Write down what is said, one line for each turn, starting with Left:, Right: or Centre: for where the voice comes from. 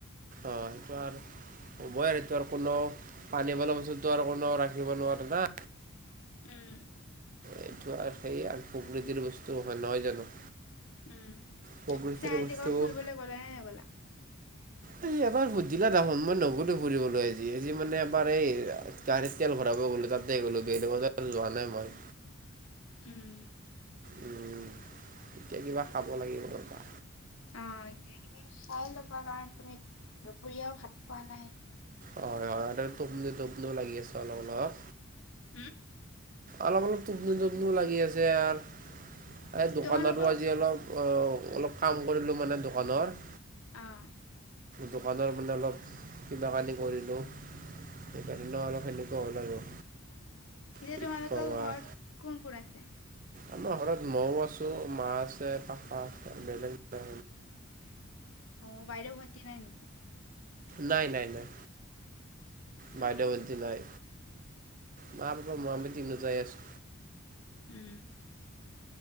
Right: অ, সেইটো আৰু উবয় ত, কোনো পানী বল পাছত তো কোননেো ৰাখিব নোৱাৰে না।
Left: উম,
Right: এইটো আৰু সেই আৰু প্ৰকৃতিৰ বস্তু হয় নহয় জানো।
Left: উম,
Right: প্ৰকৃতিৰ
Left: চাই আজি
Right: বস্তু
Left: কৰ ফুৰিবলৈ গ'লে হে গলা।
Right: উম, এবাৰ সুধিলা দাহোন মই নগলো ফুৰিবলৈ আজিজি মানে এবাৰ এই গিৰ তেল ভৰাব গ'লো তাত। তাতে গ'লো গেলে বজাত যোৱা নাই মই
Left: উম,
Right: উম এতিয়া কিবা খাব লাগিব ৰ'বা
Left: অ, এতিয়া কিবা চাই ল'বা কাৰণ তুমি দুপৰীয়াও ভাত খোৱা নাই।
Right: হয়- হয় টোপনি - টোপনিও লাগি আছে অলপ - অলপ।
Left: ওম
Right: অলপ অলপ টোপনি টোপনিও লাগি আছে আৰ এই দোকান
Left: তোমালোকৰ
Right: আৰু আজি অলপ অ অলপ কাম কৰিলোঁ মানে দোকানৰ
Left: অহ
Right: দোকানৰ মানে অলপ কিবা কানি কৰিলোঁ সেকাৰনে অলপ সেনেকা হল আৰু
Left: তেতিয়া
Right: কি
Left: তোমালোকৰ
Right: ক'ম
Left: ঘৰত
Right: আৰ
Left: কোন কোন আছে
Right: আমাৰ ঘৰত মও আছো মা আছে পাপা আছে বেলেগ <unintelligible>
Left: অ বাইদেউ ভণ্টি নাই নেকি
Right: নাই নাই নাই বাইদেউ
Left: অ',
Right: ভন্তি নাই মা পাপা মই আমি তিনিওটাই আছো
Left: উম